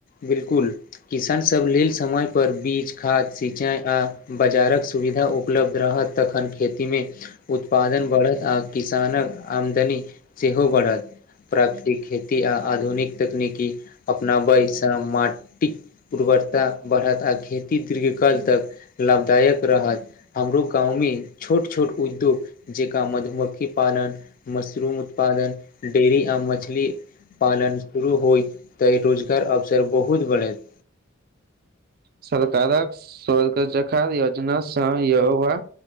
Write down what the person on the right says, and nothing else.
सरकारक स्वर्गजखा योजनासँ यौबा